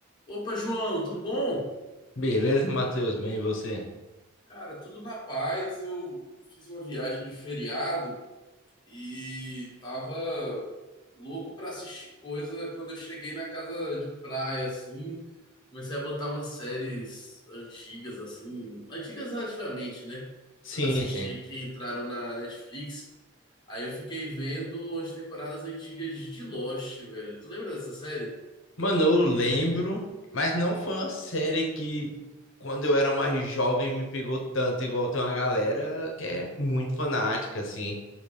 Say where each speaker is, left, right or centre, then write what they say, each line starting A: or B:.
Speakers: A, on the left (about 20°); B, on the left (about 65°).
A: Opa, João, tudo bom?
B: Beleza, Matheus? Bem, e você?
A: Cara, tudo na paz. Eu fiz uma viagem de feriado e tava louco pra assistir coisa quando eu cheguei na casa de praia, assim. Comecei a botar umas séries antigas, assim, antigas relativamente, né?
B: Sim,
A: Pra assistir
B: sim.
A: que entraram na Netflix. Aí eu fiquei vendo as temporadas antigas de Lost, velho. Tu lembra dessa série?
B: Mano, eu lembro, mas não foi uma série que, quando eu era mais jovem, me pegou tanto, igual tem uma galera que é muito fanática, assim,